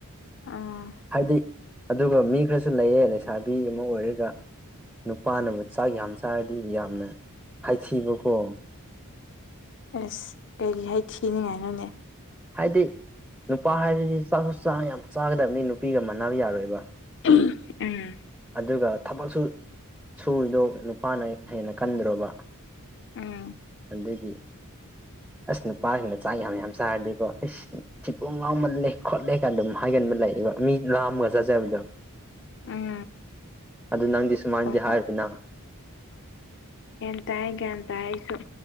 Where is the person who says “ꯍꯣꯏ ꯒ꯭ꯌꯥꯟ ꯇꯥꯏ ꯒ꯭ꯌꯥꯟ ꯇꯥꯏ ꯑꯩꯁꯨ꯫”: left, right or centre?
Left